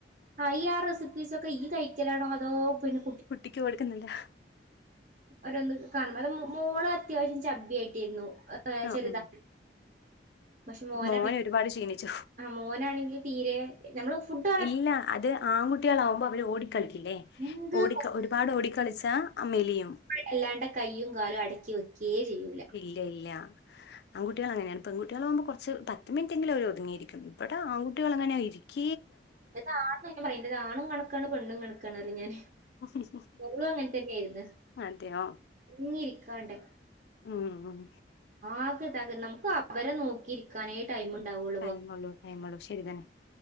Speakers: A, on the right; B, on the left.
A: ആഈ ആഹ് റെസിപ്പീസൊ ക്കെ ഈ കഴിക്കലാണോ അതോ പിന്നെ
B: കുട്ടിക്ക് കൊടുക്കുന്നിണ്ടാ
A: ഓരോന്നൊക്കെ കാണും അത് മോള് അത്യാവശ്യം ചബിയായിട്ടിരുന്നു ഏ
B: ആ
A: ചെറതാ
B: ഉം
A: പക്ഷെ മോനാണെങ്കി
B: മോൻ ഒരുപാട് ക്ഷീണിച്ചു
A: ആഹ് മോനാണെങ്കിൽ തീരെ ഞമ്മള് ഫുഡ് പറ
B: ഇല്ല അത് ആൺകുട്ടികളാവുമ്പോ അവര് ഓടിക്കളിക്കില്ലേ
A: എന്ത്
B: ഓടി ഒരുപാട് ഓടിക്കളിച്ചാ ആഹ് മെലിയും
A: അല്ലാണ്ട് കൈയ്യും കാലും അടക്കി വെക്കയേ ചെയ്യൂല
B: ഇല്ല ഇല്ല ആൺകുട്ടികൾ അങ്ങനെയാണ് പെൺകുട്ടികളാകുമ്പോ കുറച്ച് പത്ത് മിനിറ്റെങ്കിലും ഒതുങ്ങിയിരിക്കും ഇവിടെ ആൺകുട്ടികളങ്ങനെയിരിക്കു
A: എന്റെ ആണാ ഞാൻ പറയും എന്റെ ആണും കണക്കാണ് പെണ്ണും കണക്കാണ് പറയും ഞാന്
B: <inaudible>
A: ഇവളും അങ്ങനെത്തന്നെയായിരിന്ന്
B: അതെയോ
A: അടങ്ങിയിരിക്കാണ്ടേ
B: ഉം ഉം
A: ആകെയിതകെ നമുക്ക് അവരെ നോക്കിയിരിക്കാനെ ടൈംണ്ടാവുള്ളൂ
B: ടൈമ്മള്ളു ടൈമുള്ളു ശരിതന്നെ